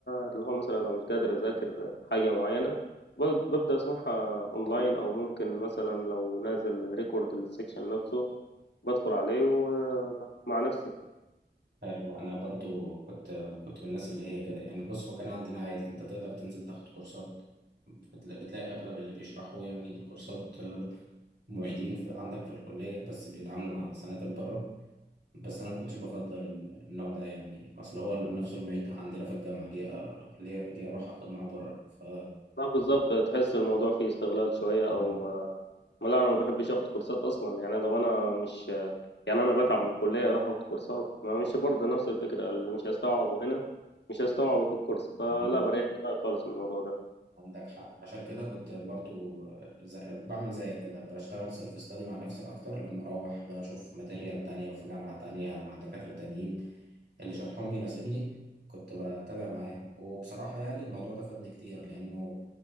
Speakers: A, on the left; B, on the right.
A: اللي هو مثلا لو مش قادر اذاكر حاجه معينه ب... ببدا اسمعها اونلاين او ممكن مثلا لو نازل ريكورد للسكشن نفسه بدخل عليه ومع نفسي
B: حلو انا برضو كنت كنت من الناس اللي هي كده يعني بص هو كان عندنا عادي انت تقدر تنزل تاخد كورسات بتلاقي, بتلاقي اغلب اللي بيشرحوا يعني الكورسات معيدين في عندك في الكلية بس بيتعاملوا مع سناتر بره بس انا ما كنتش بفضل ال- النوع ده يعني اصل هو نفسه المعيد عندنا في الجامعة ليه أ- ليه ليه اروح اخد معاه بره ف
A: لا بالظبط تحس الموضوع فيه استغلال شويه
B: مم.
A: او لا انا ما بحبش اخد كورسات اصلا يعني انا انا مش يعني انا بتعب من الكليه اروح اخد كورسات ما مش برضه نفس الفكره اللي مش هستوعبه هنا مش هستوعبه في الكورس فلا
B: عن-
A: بريح دماغي خالص من الموضوع ده
B: عندك حق عشان كده كنت برضو زي... بعمل زيك كده بشتغل سيلف ستادي مع نفسي اكتر لما اروح بشوف ماتيريال تانية في جامعة تانية مع دكاترة تانيين اللي شرحهم يناسبني كنت بتابع معاه وبصراحة يعني الموضوع ده فادني كتير لانه